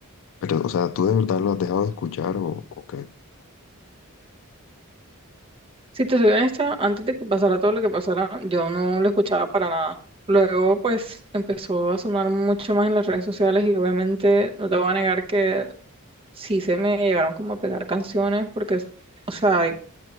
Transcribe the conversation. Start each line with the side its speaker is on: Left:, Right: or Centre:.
Left: Pero, o sea, ¿tú de verdad lo has dejado de escuchar o, o qué?
Right: Si te soy honesta, antes de que pasara todo lo que pasara, yo no lo escuchaba para nada. Luego, pues, empezó a sonar mucho más en las redes sociales y obviamente no te voy a negar que sí se me llegaron como a pegar canciones porque, o sea,